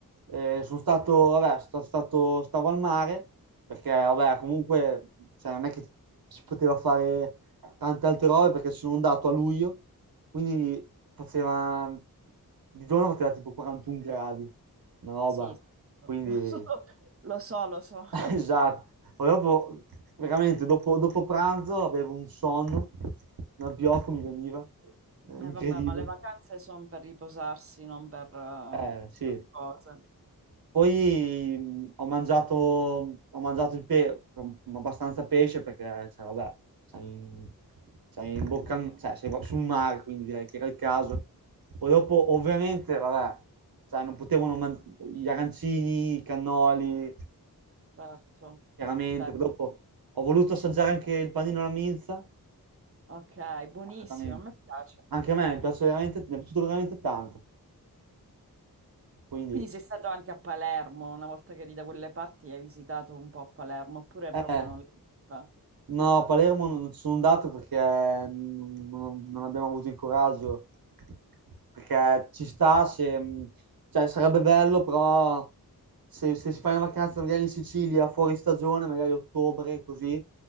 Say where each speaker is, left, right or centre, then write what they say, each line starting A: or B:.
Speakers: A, on the right; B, on the right.
A: eh, sono stato, vabbè, sono stato, stavo al mare, perché vabbè, comunque cioè, non è che si poteva fare tante altre robe perché sono andato a luglio, quindi faceva, di giorno faceva tipo 41 gradi, una roba,
B: Sì, sì, lo
A: quindi...
B: lo so, <laughs> lo so, lo so.
A: <laughs>
B: <laughs>
A: Esatto, poi dopo, veramente, dopo, dopo pranzo avevo un sonno, un abbiocco mi veniva, eh,
B: E
A: incredibile.
B: vabbè, ma le vacanze sono per riposarsi, non per eh, fare
A: Eh, sì.
B: cose.
A: Poi mh, ho mangiato, ho mangiato il pe- mm, abbastanza pesce perché, cioè, vabbè, sei in, sei in bocca, al- cioè, sei proprio sul mare, quindi direi che era il caso. Poi dopo, ovviamente, vabbè, cioè, non potevano mangiare gli arancini, i cannoli,
B: Certo,
A: chiaramente.
B: certo.
A: Poi Dopo ho voluto assaggiare anche il panino alla minza,
B: Ok, buonissimo,
A: veramente.
B: a me piace.
A: Anche a me mi piace veramente, mi è piaciuto veramente tanto. Quindi
B: Quindi sei stato anche a Palermo, una volta che eri da quelle parti hai visitato un po' a Palermo, oppure
A: Eh,
B: proprio... non l'hai vista?
A: no, a Palermo non ci sono andato perché mm, non, non abbiamo avuto il coraggio. Perché ci sta, se, mm, cioè, sarebbe bello, però se, se si fa una vacanza magari in Sicilia, fuori stagione, magari ottobre, così,